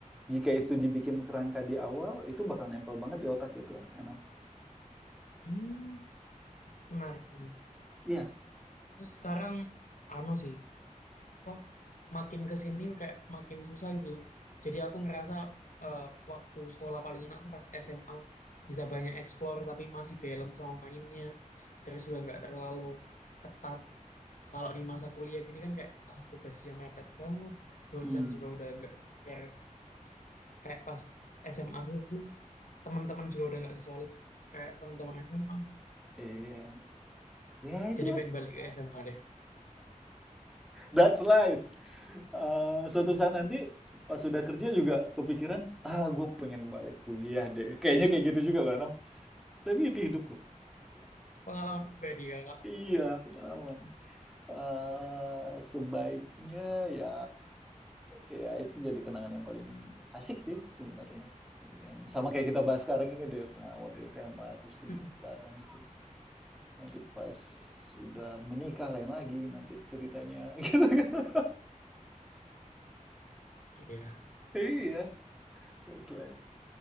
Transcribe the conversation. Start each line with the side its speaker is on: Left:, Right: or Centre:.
Centre: jika itu dibikin kerangka di awal, itu bakal nempel banget di otak gitu, anak.
Left: Hmm, menarik, menarik.
Centre: Iya.
Left: Terus sekarang anu sih apa makin ke sini kayak makin susah gitu loh. Jadi aku ngerasa eh, waktu sekolah paling enak tuh pas SMA bisa banyak explore tapi masih balance sama mainnya. Terus juga nggak terlalu ketat. Kalau di masa kuliah gini kan kayak ah, tugasnya mepet banget. Dosen
Centre: Hmm.
Left: juga udah nggak seker kayak pas SMA dulu teman-teman juga udah nggak sesolid kayak teman-teman SMA
Centre: Iya. Ya itulah.
Left: jadi pengen balik ke SMA deh
Centre: That's life. Eh, suatu saat nanti pas sudah kerja juga kepikiran, ah gue pengen balik kuliah deh. Kayaknya kayak gitu juga loh, Anam. Tapi itu hidup loh.
Left: pengalaman pribadi kakak
Centre: Iya, pengalaman. Eee, sebaiknya ya ya itu jadi kenangan yang paling asik sih sebenarnya. Yang sama kayak kita bahas sekarang ini deh, pengalaman waktu SMA, terus kuliah
Left: <laughs>
Centre: sekarang gitu. Nanti pas udah menikah lain lagi nanti ceritanya <laughs> gitu kan.
Left: iya
Centre: Iya, that's life.